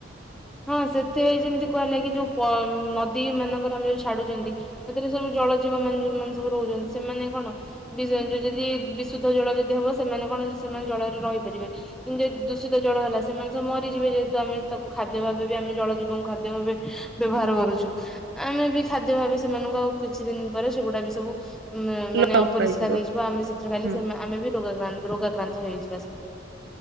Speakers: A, in the centre; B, on the right.
A: ହଁ ସେଥିରେ ଯେମିତି କୁହା ହେଲା କି ଯୋଉ ନଦୀ ମାନଙ୍କର ଆମେ ଯୋଉ ଛାଡୁଛନ୍ତି ସେଥିରେ ସୁ ଜଳ ଜୀବ ମାନେ ମାନ ସବୁ ରହୁଛନ୍ତି ସେମାନେ କଣ? ବି ଯ ଯଦି ବିଶୁଦ୍ଧ ଜଳ ଯଦି ହବ ସେମାନେ କଣ ସେମାନେ ଜଳରେ ରହିପାରିବେ। କିନ୍ତୁ ଯ ଦୂଷିତ ଜଳ ହେଲା ସେମାନେ ସବୁ ମରିଯିବେ ଯେହେତୁ ଆମେ ତାକୁ ଖାଦ୍ୟ ଭାବେ ବି ଆମେ ଜଳ ଜୀବନ ଖାଦ୍ୟ ଭାବେ ବ୍ୟବହାର କରୁଛୁ। ଆମେ ବି ଖାଦ୍ୟ ଭାବେ ସେମାନଙ୍କୁ ଆଉ କିଛି ଦିନ ପରେ ସେଗୁଡା ବି ସବୁ ଉଁ ମାନେ
B: ଲୋପ
A: ଅପରିଷ୍କାର
B: ପାଇଯିବ।
A: ହେଇଯିବ ଆମେ ସେଥିରେ ଖାଲି
B: ହୁଁ
A: ଆମେ ବି ରୋଗାକ୍ରାନ୍ତ ରୋଗାକ୍ରାନ୍ତ ତ ହେଇଯିବା ସେଥିରେ